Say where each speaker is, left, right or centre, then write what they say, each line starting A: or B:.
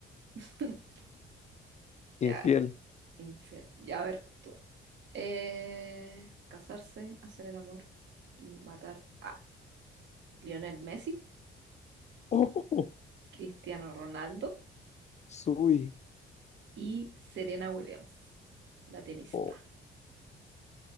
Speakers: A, on the right; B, on the left.
A: <laughs>
B: Infiel.
A: Ya,
B: <laughs>
A: infiel. Ya, a ver, tú. Eh, casarse, hacer el amor y matar a Lionel Messi,
B: Oh,
A: Cristiano Ronaldo
B: subí.
A: y Serena Williams, la tenista.
B: Oh,